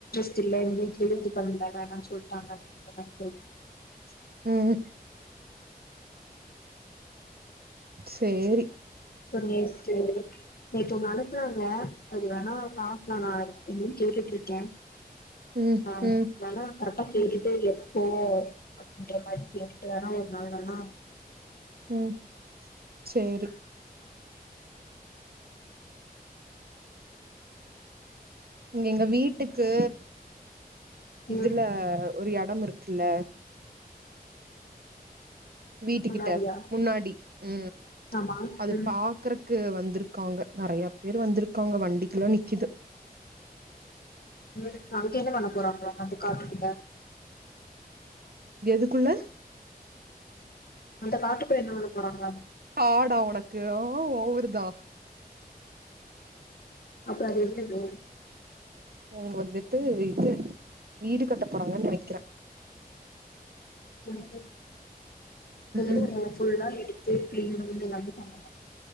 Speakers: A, on the left; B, on the right.
A: துல்ல சேஞ்சு பன்னேல வேனா சொல்டாங்க அப்டிங்கரமாரி <unintelligible>
B: உ உ சேரி
A: நேத்து நேத்து உன்ன அனுப்புனாங்க அது வேணா பாக்கலா நா என்னனு கேட்டுட்ருக்கே
B: ம்
A: ஆம்
B: ம்
A: ஆனா கரக் அ கேட்டுட்டு எப்போ அப்படிங்க மாரி கேட்டுட்டு வேனா ஒரு நாள் வேனா
B: உ சேரி நீங்க வீட்டுக்கு இதுல
A: ம்
B: ஒரு எடம் இருக்குல்ல வீட்டு
A: முன்னாடியா
B: கிட்ட முன்னாடி உ
A: ஆமா
B: அது
A: ம்
B: பாக்குற க்கு வந்திருக்காங்க நறைய பேர் வந்திருக்காங்க வண்டிக்குலா நிக்குது
A: உ அதுக்கு என்ன பண்ண போறாங்களோ அதுகாட்டு க
B: எதுக்குள்ள
A: அந்த காட்டுக்குள்ள என்ன பண்ணபோறாங்களா
B: காடா உனக்கு ஆ ஓவருதா
A: அப்புற அது என்னது
B: அவங்க வந்துட்டு இது வீடு கட்ட போறாங்கன்னு நனைக்கிறே
A: புல்புல் <unintelligible> <unintelligible>
B: ம்
A: கிளீல்லந்து <unintelligible> பண்ணலா